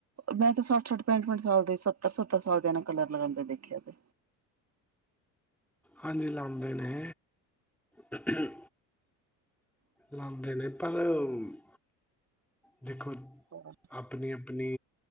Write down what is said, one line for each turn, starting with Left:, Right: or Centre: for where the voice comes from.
Right: ਮੈਂ ਤਾਂ ਸੱਠ -ਸੱਠ, ਪੈਂਠ- ਪੈਂਠ ਸਾਲ ਦੇ ਸੱਤਰ- ਸੱਤਰ ਸਾਲ ਦੇ ਨਾਲ ਕਲਰ ਲਗਾਉਂਦੇ ਦੇਖਿਆ ਤੇ
Centre: ਹਾਂਜੀ ਲਉਦੇ ਨੇ ਇਹ ਲਾਉਂਦੇ ਨੇ ਪਰ ਉਹ ਦੇਖੋ
Right: ਹ
Centre: ਆਪਣੀ ਆਪਣੀ